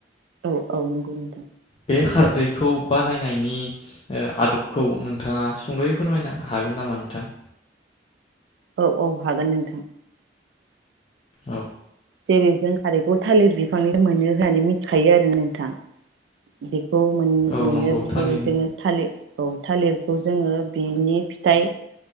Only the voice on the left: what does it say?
बे खारदैखौ बानायनायनि ओ आदबखौ नोंथाङा सुंद'यै फोरमायनो हागोन नामा नोंथां?
औ।
औ
नंगौ थारैनो